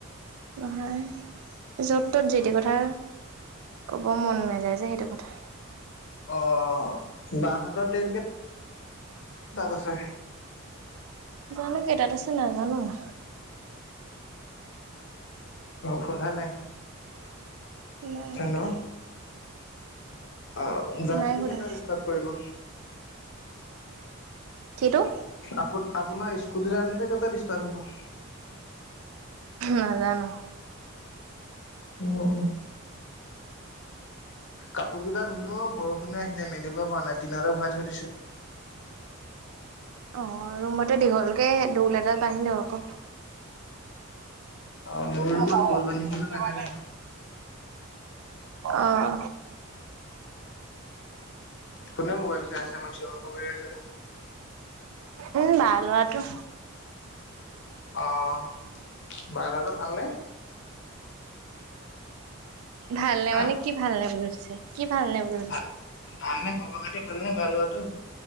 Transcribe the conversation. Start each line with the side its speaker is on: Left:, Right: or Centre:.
Right: নহয়, য'ত ত'ত যি টি কথা। ক'ব মন নাযায় যে, সেইটো কথা।
Left: অ' বা হতৰ ট্ৰেইন কেতিয়া। তাত আছে।
Right: জানো কেইটাত আছে, নাজানো মই।
Left: অ' সোধা নাই।
Right: নাই
Left: হেল্ল'
Right: সোধা।
Left: অ', জাৰ্ণিটো
Right: নাই সোধা
Left: কেইটাত ষ্টাৰ্ট কৰিব।
Right: কিটো
Left: আপোনা আপোনাৰ স্কু। কুটী জাৰ্নীটো কেইটাত ষ্টাৰ্ট হ'ব।
Right: নাজানো।
Left: উম্। কাপোৰ কেইটা ধুলো, বৰষুণে আহিলে, মেলিবই পৰা নাই তিঙটে ভৰাই থৈ দিছো।
Right: অ', ৰুমতে দীঘলকে দোল এডাল বান্ধি ল আকৌ। মে
Left: অ মোৰ ৰুমত
Right: ত দে
Left: বল বান্ধিবলৈ লগা নাই
Right: অ'।
Left: কোনে মোবাইল চাই আছে। ইমান চিঞৰ বাখৰ কৰি আছে যে।
Right: উম্, বা ল'ৰাটো।
Left: অ', বা ল'ৰাটো ভালনে?
Right: ভালনে
Left: হা
Right: মানে, কি ভালনে বুলি সুধিছে? কি ভালনে বুলি সুধিছে।
Left: ভাল। ভালনে খবৰ খাতি ভালনে বা ল'ৰাটো।